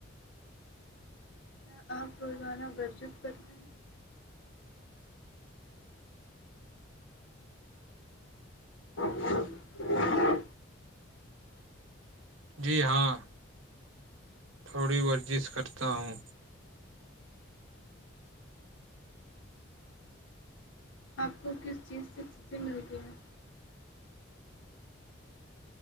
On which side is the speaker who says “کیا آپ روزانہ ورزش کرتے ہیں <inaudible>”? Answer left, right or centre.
Left